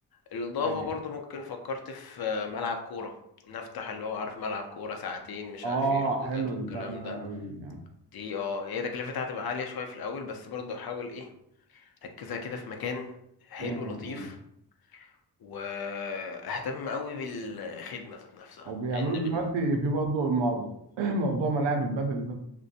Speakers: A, on the left; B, on the right.
A: الإضافة
B: ايوه
A: برضو ممكن فكرت في آه، ملعب كورة نفتح اللي هو عارف ملعب كورة ساعتين مش
B: اه
A: عارف ايه حجوزات
B: حلو
A: والكلام
B: البتاع ده
A: ده
B: قوي يعني
A: دي اه هي تكلفتها هتبقى عالية شوية في الأول بس برضو أحاول ايه ركزها كده في مكان حلو
B: امم
A: لطيف
B: امم
A: واهتم قوي بالخدمه ذات نفسها
B: وبيعملوا
A: لان
B: دلوقتي
A: بن...
B: في برضه الموضوع <clears throat> موضوع ملاعب البادل ده